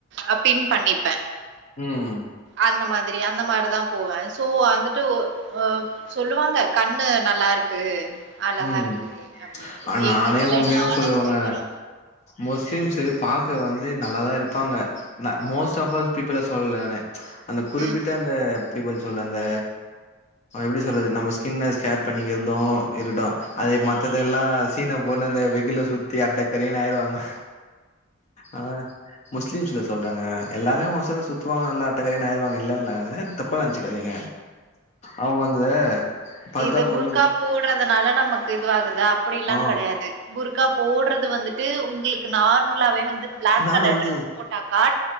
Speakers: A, on the right; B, on the left.
A: அ பின் பண்ணிப்பே
B: ம்
A: அந்த மாதிரி அந்த மாரிதா போவே சோ வந்துட்டு ஒ அ சொல்லுவாங்க கண்ணு நல்லாருக் இருக்கு அழகா
B: ம்
A: இருக்கு அப்டின்னுட்டு
B: ஆ நானே
A: எங்க கல்யாணோ
B: உண்மையா
A: ஆனதுக்கு
B: சொல்லுவங்க
A: அப்பறோ
B: முஸ்லிம்ஸு பாக்க வந்து நல்லாதா இருப்பாங்க நா மோஸ்ட் ஆஃப் ஆல் பீப்புள சொல்லல நானு அந்த குறிப்பிட்ட
A: ம்
B: அந்தப் பீபுள் சொல்ற அந்த அ எப்புடி சொல்றது நம்ம ஸ்கின ஸ்கேர் பண்ணி எதும் தோ இருக்கட்டு அது மத்த இதெல்லா சீன போட்னு அந்த வெகுல்ல சுத்தி அட்டக்கறேன்னு ஆயிடுவாங்க அதா அ முஸ்லிம்ஸ்ல சொல்றங்க எல்லாரு ஒரு சிலர் சுத்துவாங்க நல்லா அட்டகரேணு ஆயிருவாங்க இல்லனுல நானு தப்பா நெனச்சுக்காதீங்க அவங்க வந்து பர்தா
A: இது
B: போனு
A: புர்கா போடுறதுனால நமக்கு இதுவாகுதுா அப்டி எல்லா
B: ஆ
A: கெடையாது புர்கா போடுறது வந்துட்டு உங்ளுக் கு நார்மலாவே வந்து பிளாக்
B: நானு
A: கலர்
B: வந்து
A: டிரஸ் போட்டாக்கா